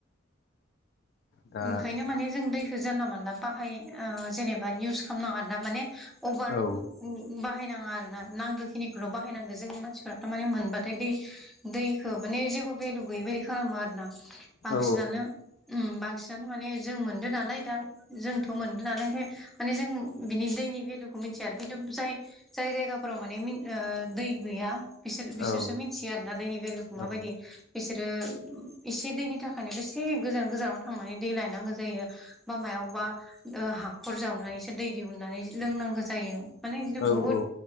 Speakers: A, on the left; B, in the centre.
A: दा
B: ओंखायनो माने जों दै खो जानला मोनानला बाहाय ओ जेनेबा इउस खालामनो नाङा आरोना माने अबार
A: औ
B: उम बाहायना नाङा आरो ना नांगौ खिनिखौल' बाहायनांगो जोंनि मानसिफोराथ' माने मोनबाथाय दै दैखो माने जेबो भेलु गैयै बायदि खालामो आरो ना। बांसिनानो
A: औ
B: उम बांस सिनानो माने जों मोनदो नालाय दा जोंथ' मोनदों नालाय ओंखायनो माने जों बिनि दैनि भेलुखौ मिथिया आरो खिन्थु जाय जाय जायगाफोराव माने मिन ओ दै गैया बिसोर
A: औ
B: बिसोरसो मिनथियो आरो ना दैनि भलुखौ
A: औ
B: माबायदि। बिसोरो एसे दैनि थाखायनो बेसे गोजान गोजानाव थांनानै दै लायनांगो जायो बा मायावबा ओ हाखर जावनानैसो दै दिहुननानै लोंनांगो जायो माने इदिनो
A: औ
B: बुहुत
A: औ